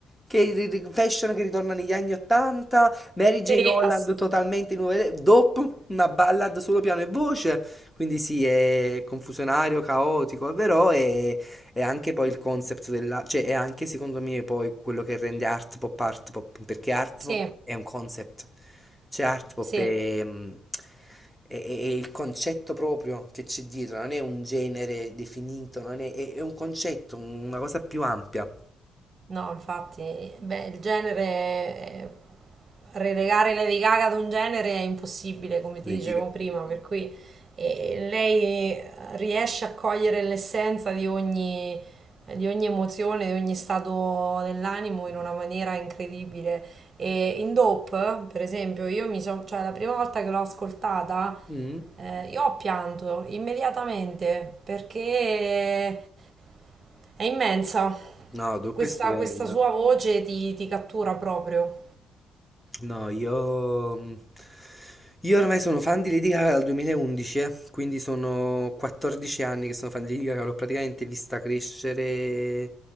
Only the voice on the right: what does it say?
sì,
assolutamente.
Sì.
Sì,
no, infatti, beh, il genere, relegare Lady Gaga ad un genere è impossibile, come ti
dicevo
prima, per cui eh, lei riesce a cogliere l'essenza di ogni, di ogni emozione, di ogni stato dell'animo in una maniera incredibile. E in Dope, per esempio, io mi sono, cioè la prima volta che l'ho ascoltata,
eh, io ho pianto immediatamente perché È immensa.
Questa,
questa sua voce ti, ti cattura proprio.